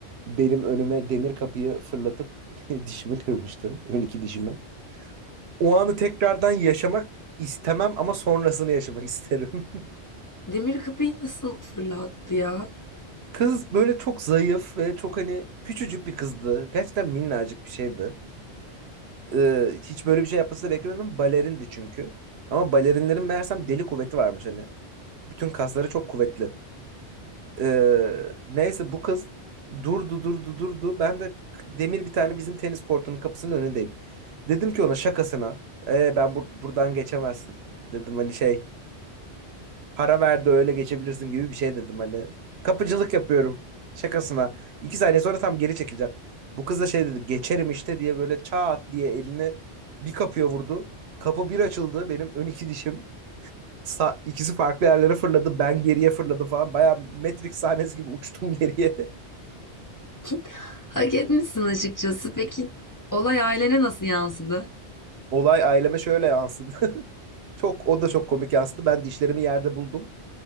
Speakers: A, on the right (about 70°); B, on the left (about 30°).
A: benim önüme demir kapıyı fırlatıp <laughs> dişimi kırmıştı. Ön iki dişimi. O anı tekrardan yaşamak istemem ama sonrasını yaşamak isterim.
B: demir kapıyı nasıl fırlattı ya?
A: <laughs> Kız böyle çok zayıf ve çok hani küçücük bir kızdı. Gerçekten minnacık bir şeydi. e, hiç böyle bir şey yapması da beklemiyordum. Balerindi çünkü. Ama balerinlerin meğersem deli kuvveti varmış hani. Bütün kasları çok kuvvetli. E, neyse bu kız durdu durdu durdu. Ben de k- demir bir tane bizim tenis kortunun kapısının önündeyim. Dedim ki ona şakasına. E, ben bur- buradan geçemezsin. Dedim hani şey Para ver de öyle geçebilirsin gibi bir şey dedim hani. Kapıcılık yapıyorum şakasına. İki saniye sonra tam geri çekileceğim. Bu kız da şey dedi geçerim işte diye böyle çat diye elini bir kapıya vurdu. Kapı bir açıldı benim ön iki dişim. Sa ikisi farklı yerlere fırladı ben geriye fırladım falan. Baya Matrix sahnesi gibi uçtum geriye.
B: <laughs> Hak etmişsin açıkçası. Peki olay ailene nasıl yansıdı?
A: <laughs> Olay aileme şöyle yansıdı. <laughs> Çok o da çok komik yansıdı. Ben dişlerimi yerde buldum.